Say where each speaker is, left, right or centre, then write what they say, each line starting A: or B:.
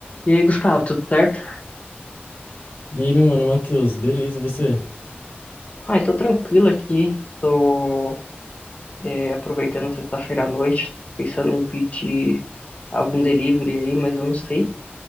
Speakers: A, on the left; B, on the left.
A: E aí, Gustavo, tudo certo?
B: E aí, meu mano, Matheus, beleza, e você?
A: Ai, tô tranquilo aqui. Tô é, aproveitando a sexta-feira à noite, pensando em pedir algum delivery aí, mas eu não sei.